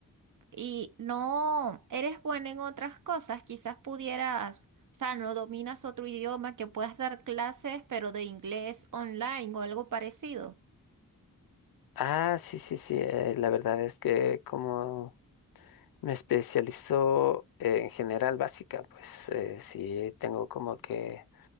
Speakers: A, on the right; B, on the left.
A: Y no eres buena en otras cosas, quizás pudieras, o sea, no dominas otro idioma que puedas dar clases, pero de inglés online o algo parecido.
B: Ah, sí, sí, sí. eh, la verdad es que como... Me especializo eh, en general básica, pues eh, sí tengo como que